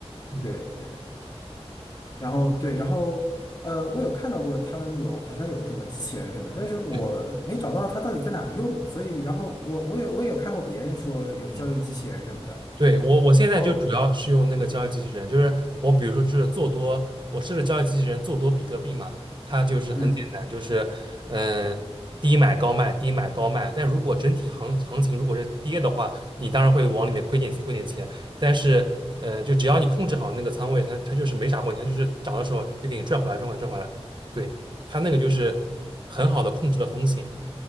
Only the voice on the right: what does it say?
嗯
对。
嗯。对，我我现在就主要是用那个交易机器人，
就是我比如说是做多，我设置交易机器人做多比特币嘛，它就是很简单，
就是嗯、呃低买高卖，低买高卖。但如果整体行行情如果是跌的话，你当然会往里面亏点钱，亏点钱。但是嗯、呃就只要你控制好那个仓位，它它就是没啥问题，它就是涨的时候又给你赚回来，赚回来，赚回来。对，它那个就是很好的控制了风险。